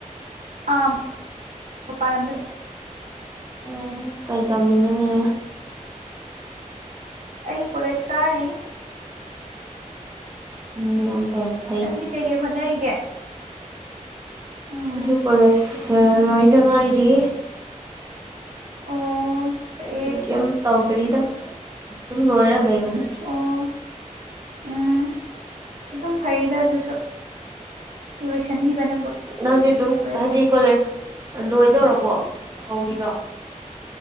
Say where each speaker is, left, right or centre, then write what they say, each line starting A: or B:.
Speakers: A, on the right; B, on the right.
A: ꯑ <inaudible> ꯃꯄꯥꯟꯂꯝꯗ
B: ꯎꯝ ꯀꯩ ꯇꯝꯃꯤꯅꯣꯅꯦ
A: ꯑꯩ ꯀꯣꯂꯦꯁ ꯀꯥꯔꯤ
B: ꯎꯝ ꯌꯥꯝ ꯐꯩꯞ
A: ꯅꯪꯗꯤ ꯀꯩ ꯀꯩ ꯍꯣꯠꯅꯔꯤꯒꯦ ꯎꯝ
B: ꯑꯩꯁꯨ ꯀꯣꯂꯦꯖ ꯑꯥ ꯂꯣꯏꯗ ꯉꯥꯏꯔꯤ
A: ꯑꯣ ꯀꯔꯤ
B: ꯍꯧꯖꯤꯛ ꯀꯩꯝ ꯇꯧꯗ꯭ꯔꯤꯗ ꯑꯗꯨꯝ ꯂꯣꯏꯔ ꯂꯩꯕꯅꯤ
A: ꯑꯣ ꯎꯝ ꯎꯝ ꯑꯗꯨꯝ ꯐꯩꯗ ꯑꯗꯨꯁꯨ ꯂꯣꯏꯁꯤꯟꯈꯤꯕꯅ
B: ꯅꯪꯗꯤ ꯑꯗꯨꯝ
A: ꯀꯣꯂꯦꯖꯁꯦ
B: ꯍꯥꯏꯗꯤ ꯀꯣꯂꯦꯖ ꯂꯣꯏꯗꯧꯔꯕꯣ ꯇꯧꯔꯤꯔꯣ